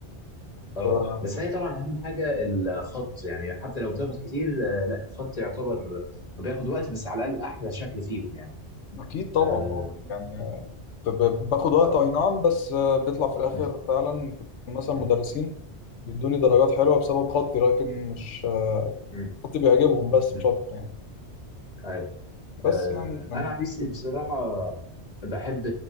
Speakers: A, on the left; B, on the left.
A: كنت
B: اه
A: بقى-
B: بس هي طبعا اهم حاجه الخط يعني حتى لو بتاخد كتير آه، لا الخط يعتبر بياخد وقت بس على الاقل احلى شكل فيهم يعني
A: اكيد طبعا
B: اه
A: آه، يعني كنت ب- باخد وقت
B: اه
A: اي نعم بس آه، بيطلع في الاخر
B: مم،
A: فعلا كنت مثلا
B: مم،
A: مدرسين بيدوني درجات حلوه بسبب خطي لكن مش
B: مم،
A: خطي بيعجبهم بس
B: مم.
A: مش اكتر يعني
B: أيوة.
A: بس
B: آه،
A: يعني كان
B: انا عن
A: في
B: نفسي بصراحه بحب